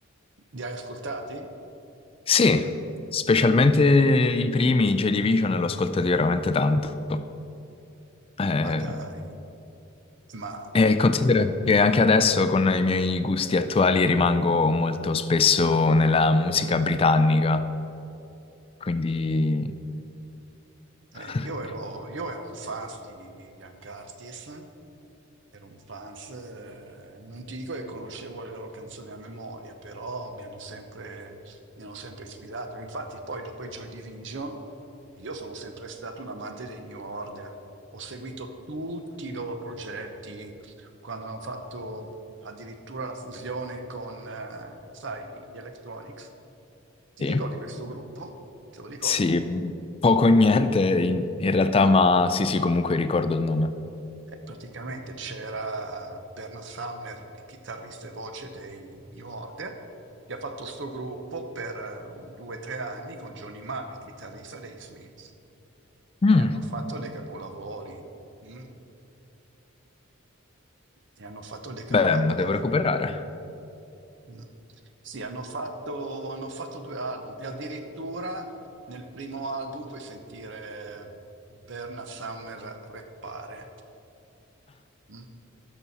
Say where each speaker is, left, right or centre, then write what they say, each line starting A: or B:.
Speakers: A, on the right; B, on the left.
A: Li hai ascoltati?
B: Sì, specialmente i primi J Division l'ho ascoltati veramente tanto. Eh,
A: Ma dai, ma
B: e considero che anche adesso con i miei gusti attuali rimango molto spesso nella musica britannica, quindi <laughs>
A: Eh, io ero, io ero un fans di Ian Curtis, ero un fans, eh, non ti dico che conoscevo le loro canzoni a memoria, però mi hanno sempre, mi hanno sempre ispirato. Infatti poi dopo i Joy Division io sono sempre stato un amante dei New Order, ho seguito tutti i loro progetti, quando hanno fatto addirittura la fusione con, eh, sai, gli Electronics. Ti
B: sì,
A: ricordi questo gruppo? Te lo ricordi?
B: sì, poco e niente in, in realtà, ma sì, sì, comunque ricordo il nome.
A: Eh, praticamente c'era Bernard Sumner, il chitarrista e voce dei New Order, che ha fatto sto gruppo per eh, due o tre anni con Johnny Marr, il chitarrista dei Smiths,
B: Mm.
A: e hanno fatto dei capolavori. mm? E hanno fatto dei capolavori.
B: Beh, me lo devo recuperare.
A: mm. Sì, hanno fatto, hanno fatto due album e addirittura nel primo album puoi sentire Bernard Sumner rappare. mm?